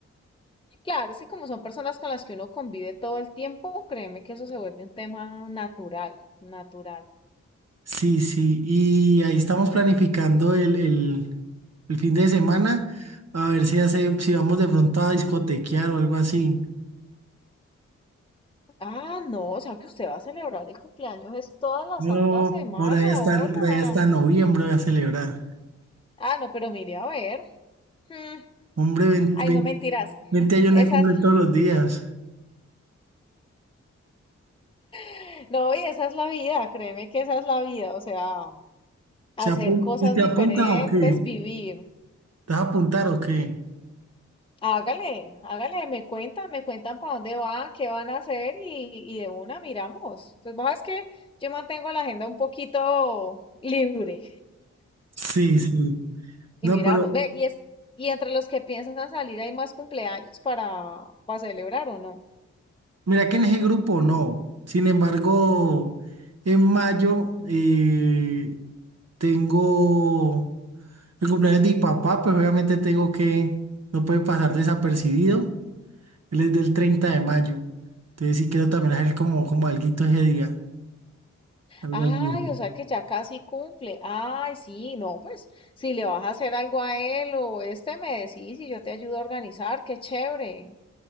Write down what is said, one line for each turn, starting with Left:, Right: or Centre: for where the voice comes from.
Left: Claro, es que como son personas con las que uno convive todo el tiempo, créeme que eso se vuelve un tema natural, natural.
Right: Sí, sí, y ahí estamos planificando el, el- el fin de semana, a ver si hace, si vamos de pronto a discotequear o algo así.
Left: Ah, no, o sea que usted va a celebrar el cumpleaños, es toda la
Right: No,
Left: santa semana,
Right: por allá está,
Left: hola.
Right: por allá está noviembre voy a celebrar.
Left: Ah, no, pero mire, a ver. mm,
Right: Hombre, veinte
Left: Ay,
Right: 20,
Left: no mentiras.
Right: 20 años
Left: Esa
Right: no hay cumplir
Left: es,
Right: todos los días.
Left: <laughs> no, y esa es la vida, créeme que esa es la vida, o sea, hacer
Right: ¿Se apun-
Left: cosas
Right: ¿Y te
Left: diferentes,
Right: apuntas o qué?
Left: vivir.
Right: ¿Te vas a apuntar o qué?
Left: Hágale, hágale, me cuentan, me cuentan para dónde van, qué van a hacer y, y de una miramos. Pues vos es que yo mantengo la agenda un poquito libre
Right: Sí, sí.
Left: y
Right: No,
Left: miramos.
Right: pero
Left: Ve, y es, y entre los que piensan salir hay más cumpleaños para, para celebrar o no.
Right: mira que en ese grupo no. Sin embargo, en mayo eh, tengo el cumpleaños de mi papá, pues obviamente tengo que, no puede pasar desapercibido. Él es del 30 de mayo. Entonces sí quiero también hacer como, como alguito ese día. Algo
Left: Ay,
Right: al día.
Left: o sea que ya casi cumple. Ay, sí, no, pues si le vas a hacer algo a él o este me decís y yo te ayudo a organizar, qué chévere.